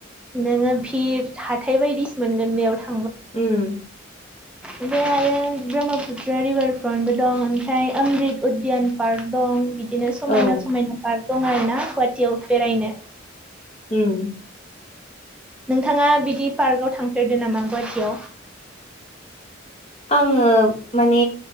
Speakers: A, in the centre; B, on the left.
A: नोङो भिर हाथाय बायदिसो मोनगोन बेयाव थां
B: उम
A: ओमफाय आरो ब्रह्मपुत्र रिभारफ्रन्टबो दं ओमफ्राय ओमबि्द उदियान पार्क दं बिदि इदिनो समायना
B: औ
A: समायना पार्क दं आरो ना गुवाटीयाव बेरायनो
B: उम
A: नोंथाङा बिदि पार्कआव थांफेरदो नामा गुवाहाटिीयाव
B: आङो माने